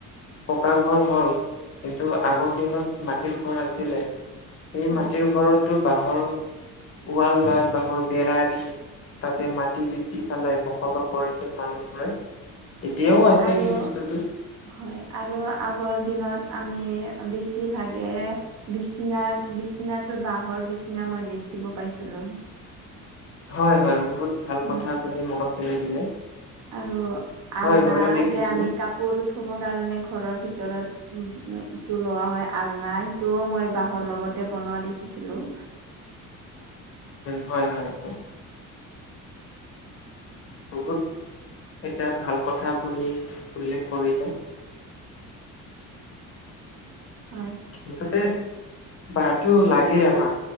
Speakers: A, on the left; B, on the right.
A: পকা ঘৰ হ'ল কিন্তু আগৰ দিনত মাটিৰ ঘৰ আাছিলে। সেই
B: হয়
A: মাটিৰ ঘৰতো বাঁহৰ ওৱাল বা বাঁহৰ বেৰা দি তাতে মাটি লেপি পেলাই বসবাস কৰিছিল মানুহবোৰে। এতিয়াও
B: হয়,
A: আছে
B: আৰু
A: সেই
B: হয়,
A: বস্তুটো
B: আৰু আগৰ দিনত আমি বেছিভাগে বিচনা-বিচনাটো বাঁহৰ বিচনা মই দেখিব পাইছিলোঁ।
A: হয়, হয়, বহুত ভাল
B: হয়
A: কথা আপুনি মনত পেলাই দিলে।
B: আৰু আলনা
A: হয় ময়ো দেখিছো
B: যে আমি কাপোৰ থ'ব কাৰণে ঘৰৰ ভিতৰত উম, ইটো লোৱা হয়, আলনা সিটোও মই বাঁহৰ লগতে বনোৱা দেখিছিলোঁ।
A: হয়, হয়, হয়। বহুত এটা ভাল কথা আপুনি উল্লেখ কৰিলে।
B: হয়।
A: মুঠতে বাঁহটো লাগেই আমাক,